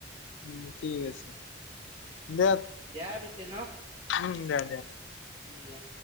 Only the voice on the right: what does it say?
দিয়া পিছে ন
উম দিয়া।